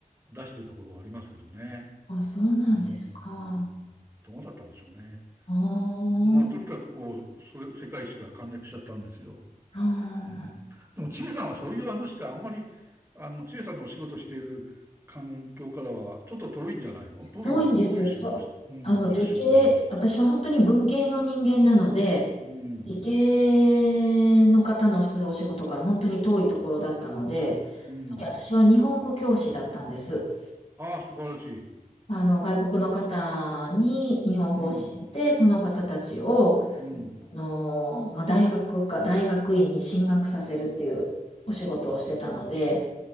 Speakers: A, on the right; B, on the left.
A: 出してるところはありますけどね。
B: あ、そうなんですか。
A: うーん、
B: あ
A: どうだったんでしょうね。
B: あ、
A: まあ、とにかくこう、それ世界史から陥落しちゃったんですよ。
B: あー
A: うん、でも、千恵さんはそういう話ってあんまり、あの、千恵さんのお仕事している環境からはちょっと遠いんじゃないのどういう、
B: 遠いんです。
A: どういう仕事し、
B: そう、
A: うん、
B: あの、
A: どういう仕事されます
B: 理系、私は本当に文系の人間なので、
A: うん、
B: 理系の方のするお仕事から本当に遠いところだったので、
A: うん。
B: 私は日本語教師だったんです。
A: ああ、素晴らしい。
B: あの、外国の方に日本語を教えて、
A: うん、
B: その方たちを、
A: うん。
B: の、まあ、大学か、大学院に進学させるっていうお仕事をしてたので、